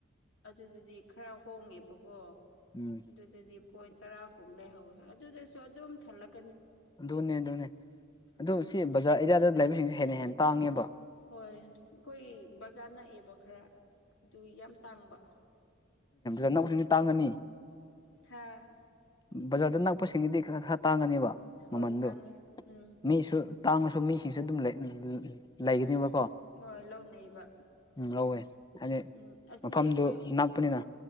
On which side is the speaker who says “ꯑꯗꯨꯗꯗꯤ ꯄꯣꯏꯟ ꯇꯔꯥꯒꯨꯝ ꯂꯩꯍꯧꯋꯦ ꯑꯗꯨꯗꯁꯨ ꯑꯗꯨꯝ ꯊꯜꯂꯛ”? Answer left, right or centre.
Left